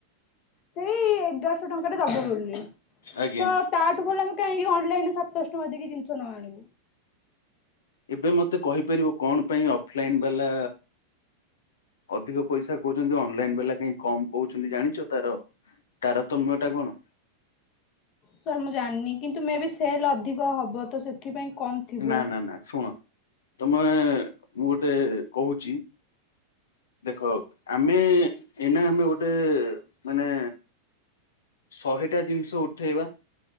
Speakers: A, on the left (about 40°); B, on the left (about 65°).
A: ସେଇ ଏଗାର ଟଙ୍କା ଟା ଦବ ବୋଲିତ
B: ଆଜ୍ଞା
A: ତାଠୁ ଭଲ ଆମେ କାହିଁକି ଅନଲାଇନ ରେ ସାତଶ ଟଙ୍କା ଦେଇକି ଜିନିଷ ନ ଆଣିବୁ।
B: ଏବେ ମତେ କହିପାରିବ କଣ ପାଇଁ ଅଫଲାଇନ ବାଲା ଅଧିକ ପଇସା କହୁଛନ୍ତି। ଅନଲାଇନ ବାଲା କହିଁ କମ କହୁଛନ୍ତି ଜାଣିଛ ତାର ତାରତମ୍ୟ ଟା କଣ।
A: ସାର୍ ମୁଁ ଜାଣିନି କିନ୍ତୁ ମେ ବି ସେଲ୍ ଅଧିକ ହେବ ତ ସେଥିପାଇଁ କମ୍ ଥିବ
B: ନା ନା ନା ଶୁଣ। ତମେ ମୁଁ ଗୋଟେ କହୁଛି ଦେଖ ଆମେ ଏଇନା ଆମେ ଗୋଟେ ମାନେ ଶହେଟା ଜିନିଷ ଉଠେଇବା